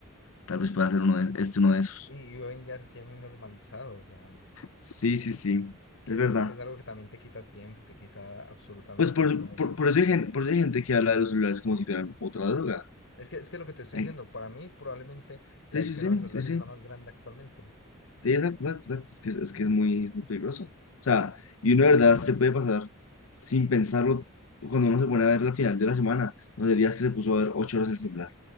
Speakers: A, on the left; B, on the left.
A: Tal vez pueda ser uno de, este uno de esos.
B: Y hoy en día se tiene muy normalizado, o sea,
A: Sí, sí, sí,
B: es que,
A: es verdad.
B: es que es algo que también te quita tiempo, te quita absolutamente
A: Pues por,
B: todo.
A: por,
B: ¿no?
A: por eso hay gente, por eso hay gente que habla de los celulares como si fueran otra droga.
B: Es que, es que lo que te estoy
A: Ay,
B: diciendo, para mí probablemente la
A: Sí,
B: adicción
A: sí, sí,
B: a los celulares
A: sí, sí.
B: es la más grande actualmente.
A: Sí, exacto, exacto, exacto. Es que, es que es muy, es muy peligroso. O sea, y uno de verdad se puede pasar sin pensarlo cuando uno se pone a ver la final de la semana, no sé, días que se puso a ver ocho horas el celular.